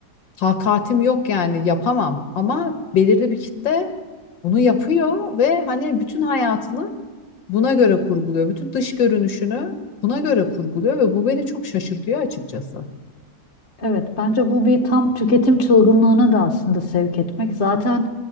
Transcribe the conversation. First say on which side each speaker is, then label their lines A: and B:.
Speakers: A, on the left; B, on the left.
A: takatim yok yani yapamam ama belirli bir kitle bunu yapıyor ve hani bütün hayatını buna göre kurguluyor. Bütün dış görünüşünü buna göre kurguluyor ve bu beni çok şaşırtıyor açıkçası.
B: Evet, bence bu bir tam tüketim çılgınlığına da aslında sevk etmek. Zaten